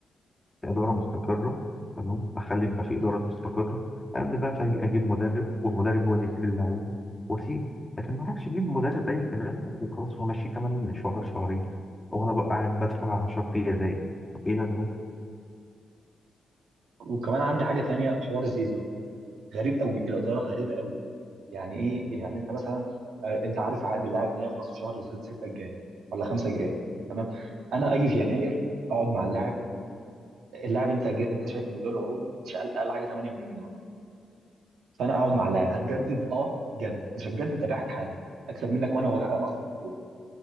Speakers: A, on the left; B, on the right.
A: في إدارة مستقرة تمام أخلي يبقى في إدارة مستقرة أبني بقى فريق أجيب مدرب والمدرب هو اللي يجيب اللعيبة وأسيبه لكن ما أروحش أجيب مدرب أي كلام وخلاص وأمشيه كمان شهر شهرين وأنا بقى قاعد بدفع شرط جزائي طب إيه لازمتها؟
B: وكمان عندي حاجه تانية حوار زيزو غريب قوي الاداره غريبه قوي يعني ايه يعني انت مثلا آه، انت عارف عقد اللاعب ده هيخلص في شهر 6 الجاي ولا 5 الجاي تمام انا اجي في يناير اقعد مع اللاعب اللاعب انت جا- انت شايف انه جاله عروض مش اقل اقل حاجه 8 مليون يورو فانا اقعد مع اللاعب هتجدد اه جدد مش هتجدد ابيعك حالا اكسب منك وانا وغرقان اصلا في الديون